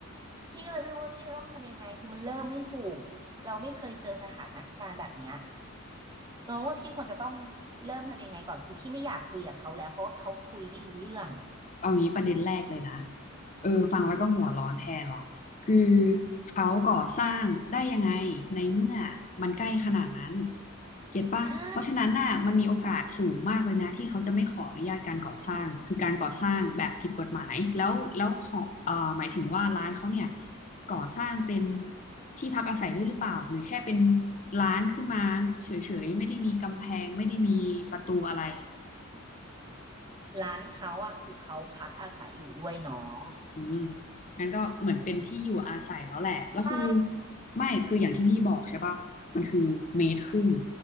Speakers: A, on the right (about 20°); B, on the left (about 35°).
A: พี่ก็เลยไม่รู้ว่าพี่จะต้องทำยังไงคือมันเริ่มไม่ถูกเราไม่เคยเจอสถานการณ์แบบเนี้ยน้องว่าพี่ควรจะต้องเริ่มทำยังไงก่อนคือพี่ไม่อยากคุยกับเขาแล้วเพราะว่าเขาคุยไม่รู้เรื่อง
B: เอางี้ประเด็นแรกเลยนะเออฟังแล้วก็หัวร้อนแทนว่ะคือเขาก่อสร้างได้ยังไงในเมื่อมันใกล้ขนาดนั้น เก็ตปะเพราะฉะนั้นน่ะมันมีโอกาสสูงมากเลยนะที่เขาจะไม่ขออนุญาตการก่อสร้างคือการก่อสร้างแบบผิดกฎหมายแล้วแล้วหอเอ่อหมายถึงว่าร้านเขาเนี่ย
A: ใช่
B: ก่อสร้างเป็นที่พักอาศัยด้วยหรือเปล่าหรือแค่เป็นร้านขึ้นมาเฉยๆไม่ได้มีกำแพงไม่ได้มีประตูอะไร
A: ร้านเขาอ่ะคือเขาพักอาศัยอยู่ด้วยน้อง
B: อืมงั้นก็เหมือนเป็นที่อยู่อาศัยแล้วแหละแล้วคือ
A: ใช่
B: ไม่คืออย่างที่พี่บอกใช่ปะมันคือเมตรครึ่ง